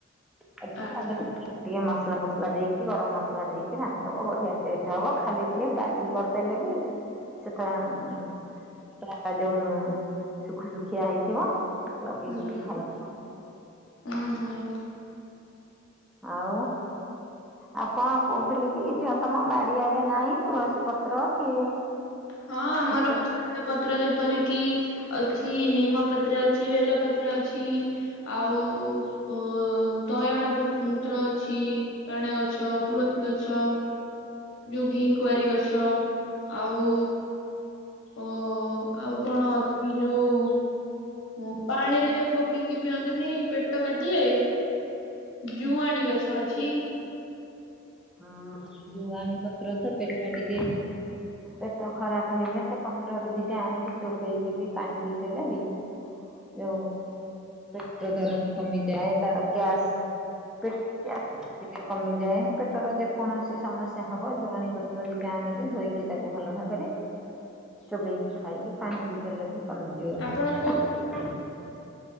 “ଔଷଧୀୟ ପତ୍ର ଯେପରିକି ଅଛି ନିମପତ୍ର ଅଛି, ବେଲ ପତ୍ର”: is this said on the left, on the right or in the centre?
Left